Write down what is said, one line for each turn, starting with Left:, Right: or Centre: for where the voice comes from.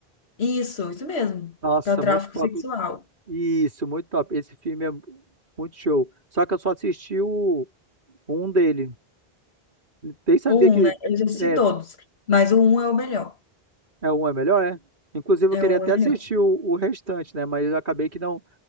Left: isso, isso mesmo.
Right: Nossa,
Left: Pra tráfico
Right: muito top.
Left: sexual.
Right: Isso, muito top. Esse filme é muito show. Só que eu só assisti o um dele. Nem sabia
Left: O um,
Right: que
Left: né? Eu já assisti
Right: é,
Left: todos, mas o um é o melhor.
Right: é um é melhor, é? Inclusive, eu
Left: É
Right: queria
Left: o
Right: até
Left: um é o
Right: assistir
Left: melhor.
Right: o, o restante, né? Mas eu acabei que não.